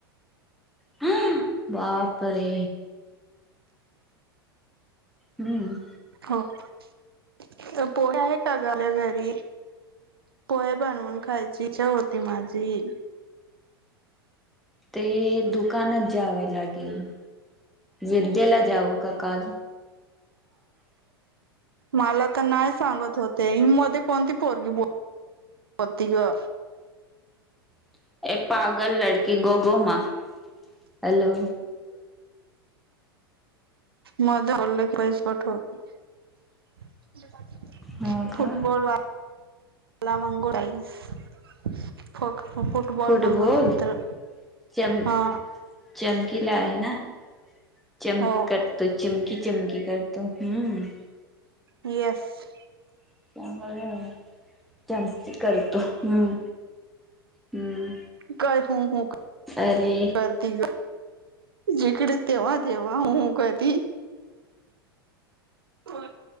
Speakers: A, in the centre; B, on the right.
A: हं बापरे! हम्म.
B: हो- त्या पोळ्या आहे का झाल्या घरी? पोळ्या बनवून खायची इच्छा होती माझी.
A: ते -दु- कानात जावं लागेल. जिद्देला जाऊ का काल
B: मला तर नाही सांगत होते मध्ये कोणती पोरगी बोलली होती ग?
A: <unintelligible> हॅलो
B: <unintelligible> <unintelligible>
A: हो का
B: <unintelligible>
A: फुटबॉल
B: मंगलसूत्र
A: चम
B: हा
A: चमकीला आहे ना? चमकतो
B: हो
A: चिम की चमकी करतो हम्म
B: येस.
A: <unintelligible> त्यांची करतो हम्म हम्म
B: काय हो हो
A: अरे
B: करती ग? जिकडे तेव्हा तेव हा हू हू करती होय.